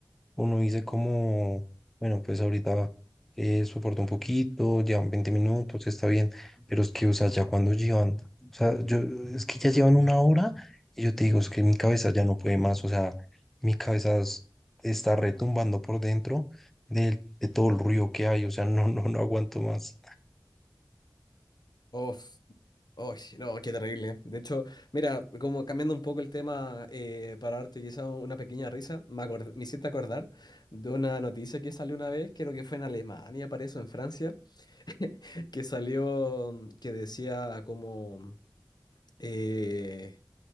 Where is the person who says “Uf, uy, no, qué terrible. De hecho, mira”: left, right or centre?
Left